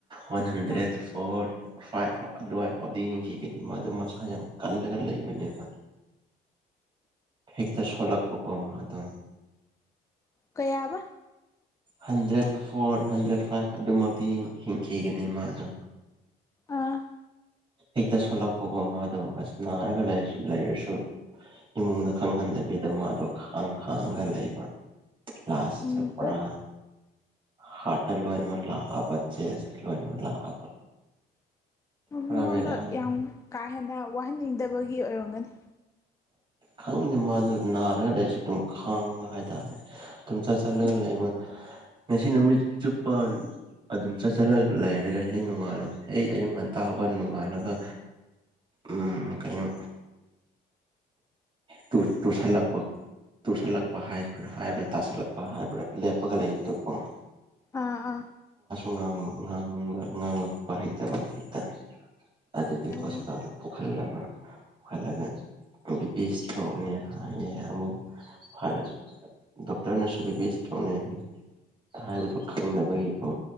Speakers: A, on the right; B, on the left.
A: ꯋꯥꯟ ꯍꯟꯗ꯭ꯔꯦꯠ
B: ꯆꯥꯛ
A: ꯐꯣꯔ ꯐꯥꯏꯚ ꯑꯗꯨꯋꯥꯏ ꯐꯥꯎꯗꯤ ꯌꯦꯡꯈꯤ ꯅꯤ ꯃꯥꯗꯣ ꯃꯁꯥ ꯌꯥꯝ ꯀꯜꯂꯒ ꯂꯩꯕꯅꯦꯕ ꯍꯦꯛꯇ ꯁꯣꯜꯂꯥꯛꯄꯀꯣ ꯃꯥꯗꯣ
B: ꯀꯌꯥꯕꯥ
A: ꯍꯟꯗ꯭ꯔꯦꯠ ꯐꯣꯔ ꯍꯟꯗ꯭ꯔꯦꯠ ꯐꯥꯏꯚ ꯑꯗꯨꯃꯛꯇꯤ ꯍꯤꯡꯈꯤꯒꯅꯤ ꯃꯥꯗꯣ
B: ꯑꯥ
A: ꯍꯦꯛꯇ ꯁꯣꯜꯂꯛꯄꯒꯣ ꯃꯥꯗꯣ ꯑꯁ ꯅꯥꯔꯒ ꯂꯩꯔꯁꯨ ꯏꯃꯨꯡꯗ ꯈꯪꯍꯟꯗꯕꯤꯗ ꯃꯥꯗꯣ ꯈꯥꯡ ꯈꯥꯡꯉꯒ ꯂꯩꯕ ꯂꯥꯛ
B: ꯎꯝ
A: ꯆꯠꯄ꯭ꯔꯥ
B: ꯑꯣ
A: ꯍꯥꯔꯠꯇ ꯂꯣꯢꯅꯃꯛ ꯂꯥꯛꯑꯕ ꯆꯦꯟꯁ ꯂꯣꯢꯅꯃꯛ ꯂꯥꯛꯑꯕ ꯄꯨꯔꯥ
B: ꯃꯤꯉꯣꯟꯗ
A: ꯕꯦꯔꯥꯅꯤ
B: ꯌꯥꯝ ꯀꯥ ꯍꯦꯟꯅ ꯋꯥꯍꯟꯅꯤꯡꯗꯕꯒꯤ ꯑꯣꯏꯔꯝꯒꯅꯤ
A: ꯈꯪꯗꯦ ꯃꯥꯗꯨ ꯅꯥꯔꯒ ꯂꯩꯁꯨ ꯑꯗꯨꯝ ꯈꯥꯡꯕ ꯍꯥꯏꯇꯥꯔꯦ ꯑꯗꯨꯝ ꯆꯠ ꯆꯠꯂꯒ ꯂꯩ
B: <inaudible>
A: ꯉꯁꯤ ꯅꯨꯃꯤꯠ ꯆꯨꯞꯄ ꯑꯗꯨꯝ ꯆꯠ ꯆꯠꯂ ꯂꯩꯔꯒ ꯍꯦꯛ ꯅꯣꯡꯉꯥꯜꯂ ꯍꯦꯛ ꯑꯌꯨꯛ ꯉꯟꯇꯥ ꯍꯧꯒꯠ ꯅꯣꯡꯉꯥꯜꯂꯒ ꯎꯝ ꯀꯩꯅꯣ ꯇꯨ ꯇꯨꯁꯜꯂꯛꯄ ꯇꯨꯁꯜꯂꯛꯄ ꯍꯥꯏꯕ꯭ꯔꯥ ꯍꯥꯏꯕ꯭ꯔꯥ ꯇꯥꯁꯜꯂꯛꯄ ꯍꯥꯏꯕ꯭ꯔꯥ ꯂꯦꯞꯄꯒ ꯂꯩꯕꯗꯣꯀꯣ
B: ꯑꯥ ꯑꯥ
A: ꯉꯥꯡ ꯉꯥꯡ ꯉꯥꯡꯂꯛꯄ ꯍꯩꯇꯕ ꯍꯦꯛꯇ ꯇꯗꯨꯗꯤ
B: ꯎꯝ
A: ꯍꯣꯁꯄꯤꯇꯥꯜꯗ ꯄꯨꯈꯠꯂꯕ ꯄꯨꯈꯠꯂꯒ ꯕꯤ ꯄꯤ ꯁꯇ꯭ꯔꯣꯛꯅꯦ ꯍꯥꯏꯌꯦ ꯑꯃꯨꯛ ꯐꯔꯦ ꯗꯣꯛꯇꯔꯅꯁꯨ ꯕꯤ ꯄꯤ ꯁꯇ꯭ꯔꯣꯛꯅꯦ ꯍꯥꯢ ꯍꯥꯏꯕꯗꯣ ꯈꯪꯗꯕꯒꯤꯀꯣ